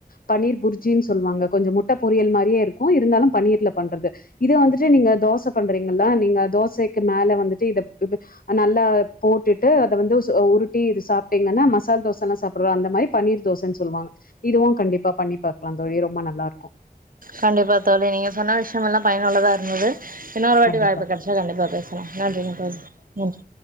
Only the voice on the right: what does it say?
கண்டிப்பா தோழி நீங்க சொன்ன விஷயம் எல்லா பயனுள்ளதா இருந்தது இன்னொரு வாட்டி
வாய்ப்பு கெடச்சா கண்டிப்பா பேசலா நன்றிங்க தோழி நன்றி